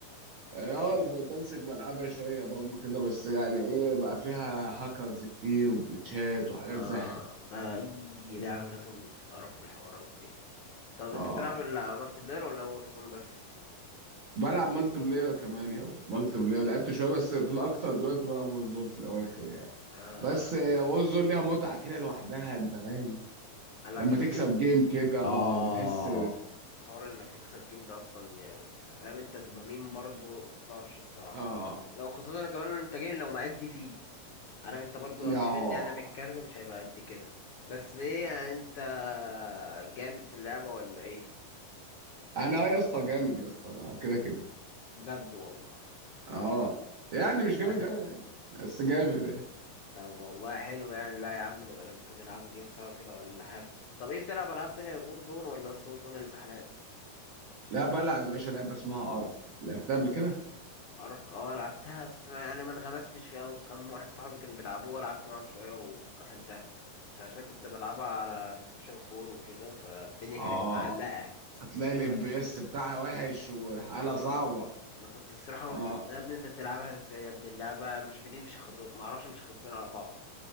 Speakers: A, on the right; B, on the left.
A: اه
B: دي بقى
A: الفردانسك بلعبها شويه برضه كده بس يعني ايه بقى فيها هاكرز كتير وجلitchات وحاجات
B: اه
A: زي
B: ده اي لعبة لازم تتقرف بالحوارات دي طب انت
A: اه
B: بتلعب لا مالتي بلاير ولا وورزون بس
A: بلعب مالتي بلاير كمان يابا مالتي بلاير لعبت شويه بس في الاكتر دلوقتي بلعب وورزون في الاواخر يعني
B: آه
A: بس وورزون ليها متعه كده لوحدها انت فاهم
B: آه لا
A: لما
B: كده
A: تكسب
B: كده
A: جيم كده اه
B: اه
A: بتحس
B: حوار انك تكسب جيم ده اصلا يعني فاهم انت دوبامين برضو طرش الصراحه
A: اه
B: لو خصوصا كمان انت جيم لو مأدي فيه عارف انت برضو
A: يا
B: لو جيمين
A: آه.
B: يعني متكرر مش هيبقى قد كده بس ايه يعني انت جامد في اللعبه ولا ايه
A: انا يا اسطى جامد يا اسطى انا كده كده
B: بجد والله
A: اه يعني مش جامد
B: آه،
A: قوي يعني بس جامد يعني
B: طب والله حلو يعني لا يا عم نبقى ممكن نلعبوا جيم سوا كده ولا حاجه طب ايه بتلعب العاب تانية غير وور زون ولا بس وور زون اللي سحلان
A: لا بلعب يا باشا لعبه اسمها ارك لعبتها قبل كده
B: ارك اه لعبتها بس ما يعني ما انغمستش فيها وكم واحد صاحبي كان بيلعبوها لعبت معاهم شويه وقفلتها بس عشان كنت بلعبها على بلاي ستيشن 4 وكده فالدنيا
A: اه
B: كانت معلقه
A: هتلاقي الاف
B: آه
A: بي
B: كنت
A: اس بتاعها وحش والحاله
B: اه
A: صعبه
B: اه انا كنت الصراحه
A: اه
B: قلت يا ابني انت بتلعبها ازاي يا ابني اللعبه مش بتمشي خطوط ما اعرفش مش خطين على بعض